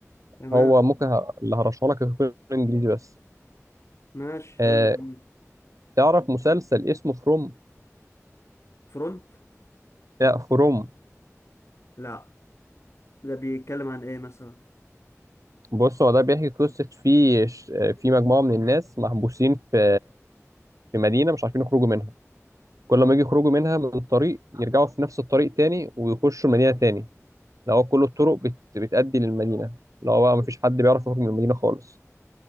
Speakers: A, on the left (about 55°); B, on the right (about 80°).
A: تمام
B: هو ممكن ه- اللي هرشح لك يكون انجليزي بس
A: ماشي
B: آه
A: حلو جميل
B: تعرف مسلسل اسمه فروم
A: فرونت
B: لا فروم
A: لا ده بيتكلم عن ايه مثلا
B: بص هو ده بيحكي قصة في ش- في مجموعة من الناس محبوسين في في مدينة مش عارفين يخرجوا منها كل
A: اه
B: ما يجي يخرجوا منها من طريق يرجعوا في نفس الطريق تاني ويخشوا مدينة تاني اللي هو كل الطرق بت... بتأدي للمدينة اللي هو بقى مفيش حد بيعرف يخرج من المدينة خالص